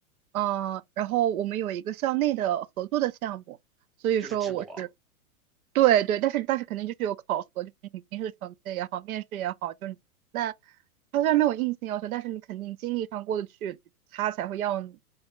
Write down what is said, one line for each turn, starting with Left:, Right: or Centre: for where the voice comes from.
Right: 嗯，然后我们有一个校内的合作的项目，所以说我是
Centre: 就是直博啊
Right: 对对，但是但是肯定就是有考核，就是你平时的成绩也好，面试也好，就是你那他虽然没有硬性要求，但是你肯定经历上过得去，他才会要你，